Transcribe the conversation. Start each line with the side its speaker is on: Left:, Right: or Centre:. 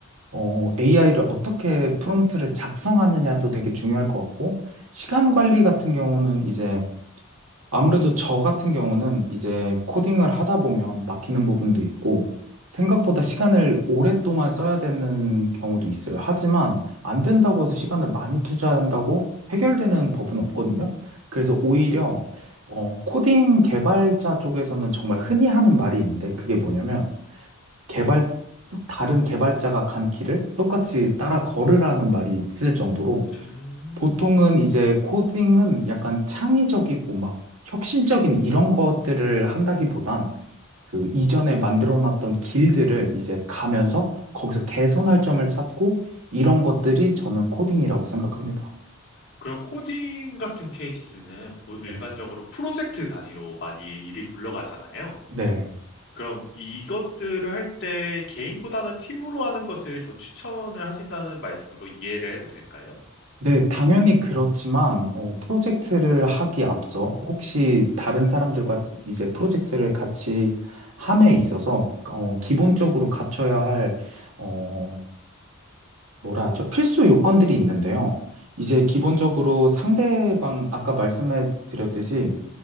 Right: 어, AI를 어떻게 프롬프트를 작성하느냐도 되게 중요할 것 같고, 시간 관리 같은 경우는 이제 아무래도 저 같은 경우는 이제 코딩을 하다 보면 막히는 부분도 있고, 생각보다 시간을 오랫동안 써야 되는 경우도 있어요. 하지만 안 된다고 해서 시간을 많이 투자한다고 해결되는 법은 없거든요. 그래서
Left: 음,
Right: 오히려, 어, 코딩 개발자 쪽에서는 정말 흔히 하는 말이 있는데, 그게 뭐냐면, 개발, 다른 개발자가 간 길을 똑같이 따라 걸으라는 말이 있을 정도로,
Left: 음,
Right: 보통은 이제 코딩은 약간 창의적이고 막 혁신적인 이런 것들을 한다기보단 그 이전에 만들어 놨던 길들을 이제 가면서 거기서 개선할 점을 찾고 이런 것들이 저는 코딩이라고 생각합니다.
Left: 그럼 코딩 같은 케이스는 뭐 일반적으로
Right: 네.
Left: 프로젝트 단위로 많이 일이 굴러가잖아요.
Right: 네.
Left: 그럼 이것들을 할 때 개인보다는 팀으로 하는 것을 더 추천을 하신다는 말씀으로 이해를 해도 될까요?
Right: 네, 당연히 그렇지만, 어, 프로젝트를 하기 앞서 혹시 다른 사람들과 이제 프로젝트를 같이 함에 있어서, 어, 기본적으로 갖춰야 할, 어, 뭐라 하죠? 필수 요건들이 있는데요. 이제 기본적으로 상대방, 아까 말씀해 드렸듯이